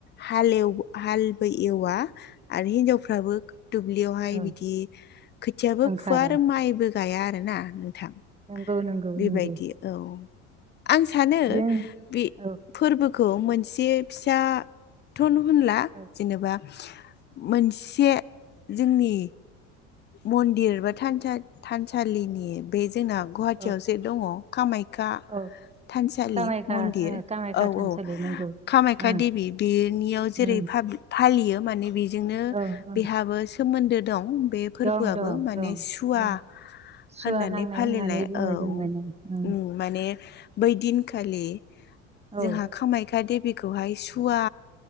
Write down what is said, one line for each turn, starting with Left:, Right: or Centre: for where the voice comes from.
Left: हाल एव हालबो एवा आरो हिनजावफ्राबो दुब्लियावहाय
Right: औ
Left: बिदि खोथियाबो
Right: ओंखारो
Left: फुवा आरो माइबो गाया आरो ना नोंथां।
Right: औ नंगौ
Left: बेबायदि
Right: नंगौ।
Left: औ आं सानो
Right: जों
Left: बे
Right: औ
Left: फोरबोखौ मोनसे फिसाथ' होनला।
Right: औ
Left: जेनेबा मोनसे जोंनि मन्दिर बा थानसा-थानसालिनि बे जोंना गुवाहाटियाव
Right: औ
Left: जे दङ'। कामाख्या
Right: औ
Left: थानसालि
Right: कामाख्या
Left: मन्दिर
Right: कामाख्या
Left: औ
Right: थानसालि
Left: औ
Right: नंगौ
Left: कामाख्या
Right: ओ,
Left: देबि बेनियाव जेरै
Right: ओ,
Left: फालियो माने बेजोंनो
Right: औ औ
Left: बेहाबो सोमोन्दो दं बे फोरबोआबो
Right: दं दं
Left: माने
Right: दं
Left: सुवा
Right: ओ, सुवा
Left: होननानै
Right: नांनाय
Left: फालिनायाय
Right: होननानै बुङो
Left: औ
Right: जों माने ओ,
Left: उम माने बै दिनखालि
Right: औ।
Left: जोंहा कामाख्या देबिखौहाय सुवा